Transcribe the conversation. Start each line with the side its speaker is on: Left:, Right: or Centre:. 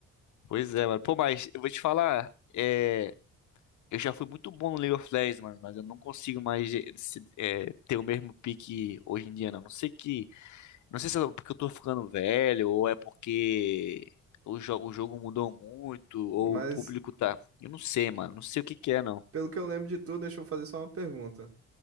Left: Pois é, mano. Pô, mas eu vou te falar, é, eu já fui muito bom no League of Legends, mano, mas eu não consigo mais eh, se- eh, ter o mesmo pique hoje em dia, não. Não sei que Não sei se é porque eu tô ficando velho, ou é porque o, jo- o jogo mudou muito, ou
Right: Mas,
Left: o público tá. Eu não sei, mano. Não sei o que que é, não.
Right: pelo que eu lembro de tu, deixa eu fazer só uma pergunta.